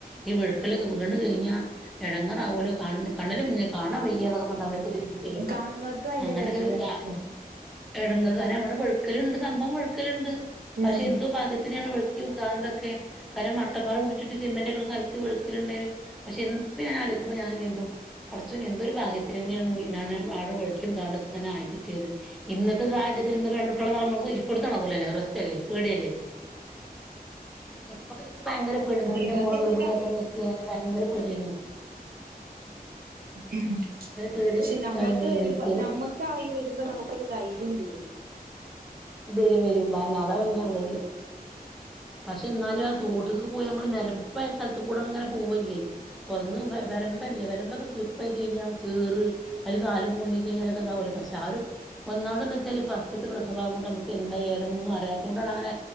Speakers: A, in the centre; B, on the right.
A: ഈ വീടിക്കിലൊക്ക് വീണ് കഴിഞ്ഞ എടങ്ങാറാവൂലൊ കണലിൽഞ്ഞ കാണാ വെയ്യാ എന്നൊക്കെ പറഞ്ഞ അവർ പുതി തരും
B: കാണുന്നവർക്ക് ഭയങ്കര
A: അങ്ങനൊക്കെ
B: എടങ്ങേറായിരിക്കും
A: ഇതാ <unintelligible> താര നമ്മടെ ഒഴുക്കലുണ്ട് സംഭവം ഒഴുക്കലുണ്ട് പക്ഷെ
B: ഉം
A: എന്തോ ഭാഗ്യ രുക്കി വെക്കുക അന്തൊക്കെ കാരണം മട്ടപ്പാറ കുടിച്ചിട്ട് സിമന്റൊക്കെ സ്ഥലത്ത് വെക്കിലിണ്ടേനു പക്ഷെ ഇപ്പ ഞാൻ ആലോചിക്കുമ്പോ ഞാൻ ചന്തും പഠച്ചോന് എന്തൊരു ഭാഗ്യത്തിന് തന്നെയാണ് ഞാൻ വാഴ കുഴുച്ചു തൊങ്ങനെ ആയിക്കിട്ടിയത് ഇന്നത്തെ സാഹചര്യത്തിൽന്ന് രണ്ടട്ടുള്ളം പോരി കൊടുത്തണക്കൂലല്ലേ റസ്റ്റ്ല്ലേ പേടിയല്ലേ ഇപ്പൊ എനിക്ക് ഭയങ്കര വലിപ്പന്റെ
B: ഇതൊക്കെ
A: മോളെ
B: എന്നിട്ട്
A: ഗർഭിണിയോക്കെ
B: അവര്
A: നി ഞാന് ഭയങ്കര പേടിയുന്നു
B: ഉം
A: പേടി
B: പക്ഷെ നമ്മൾത്
A: കാര്യങ്ങളേന്നു
B: വരുമ്പോ
A: എനിക്ക്
B: നമ്മ ക്കായി വരുമ്പോ നമുകൊരു ധൈര്യം വരും
A: വരും വരും അതാ പിന്നെ ഉള്ളത് പക്ഷെ എന്നാലും ആഹ് തോട്ടക്ക് പോയി നമ്മള് നിരപ്പായ സ്ഥലത്ത കൂടെ ഇങ്ങനെ പോവല്ലേ കൊറന്ന് വരമ്പല്ലേ വരമ്പൊക്കെ സ്ലിപ്പ് ആയി കഴിഞ്ഞാൽ ചേറ് അത് കാല് പൂന്തി കഴിഞ്ഞാലൊക്കെ എന്താവല പക്ഷെ ആഹ് ഒരു ഒന്നാമതന്ന് വെച്ചാല് ഫസ്റ്റത്തെ പ്രസവആവൂ നമുക്ക് എന്താ ഏതോന്നും അറിയതോണ്ടാണ് അങ്ങനെ